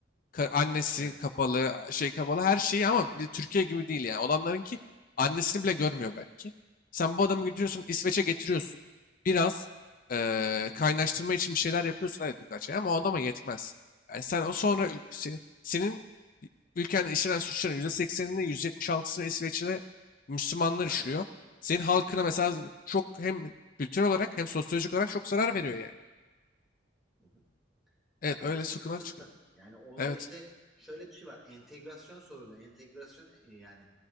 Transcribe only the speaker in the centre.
Evet.
Evet.
Yetmez.
Aynen.
Evet.
Hı hı.
Ya
bu sıkıntılı
tabii ki. Yani orada
işte şöyle bir şey var. Entegrasyon sorunu, entegrasyon e, yani